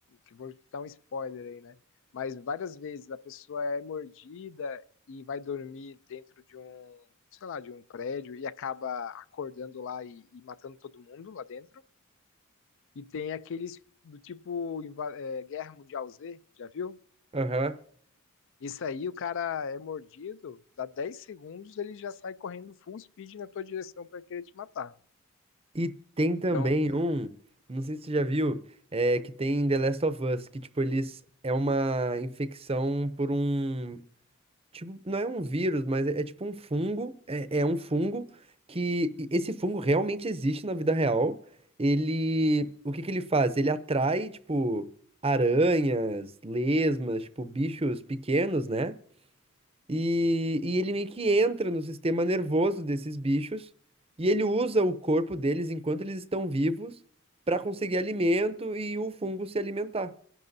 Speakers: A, on the left; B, on the right.
A: que vou dar um spoiler aí, né? Mas várias vezes a pessoa é mordida e vai dormir dentro de um, sei lá, de um prédio e acaba acordando lá e, e matando todo mundo lá dentro. E tem aqueles do tipo inva- é, Guerra Mundial Z, já viu?
B: Aham.
A: Isso aí, o cara é mordido, dá 10 segundos, ele já sai correndo full speed na tua direção para querer te matar.
B: E tem também
A: Então,
B: um, não sei se você já viu, é que tem em The Last of Us, que tipo, eles é uma infecção por um Tipo, não é um vírus, mas é, é tipo um fungo. É, é um fungo que. e Esse fungo realmente existe na vida real. Ele. O que que ele faz? Ele atrai, tipo, aranhas, lesmas, tipo, bichos pequenos, né? E, e ele meio que entra no sistema nervoso desses bichos. E ele usa o corpo deles enquanto eles estão vivos para conseguir alimento e o fungo se alimentar.